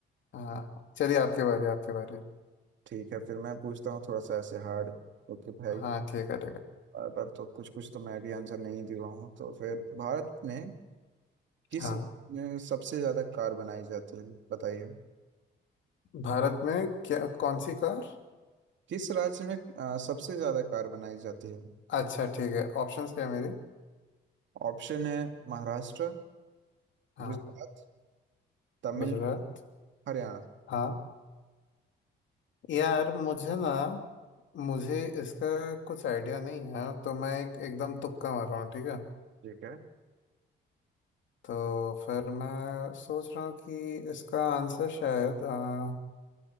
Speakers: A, on the left (about 70°); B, on the right (about 70°).
A: हाँ चलिए आपके बारे आपके बारे
B: ठीक है फिर मैं पूछता हूँ थोड़ा सा ऐसे हार्ड ओके भाई
A: हाँ ठीक है ठीक है
B: और पर तो कुछ कुछ तो मैं भी आंसर नहीं दे रहा हूँ तो फिर भारत में किस
A: हाँ
B: राज्य में सबसे ज्यादा कार बनाई जाती है बताइए
A: भारत में क्या कौन सी कार
B: किस राज्य में अ, सबसे ज्यादा कार बनाई जाती है
A: अच्छा ठीक है ऑप्शंस क्या है मेरे
B: ऑप्शन है महाराष्ट्र
A: हाँ
B: गुजरात तमिलनाडु
A: गुजरात
B: हरियाणा
A: हाँ यार मुझे ना मुझे इसका कुछ आइडिया नहीं है तो मैं एक एकदम तुक्का मार रहा हूँ ठीक है
B: ठीक है
A: तो फिर मैं सोच रहा हूँ कि इसका आंसर शायद अ,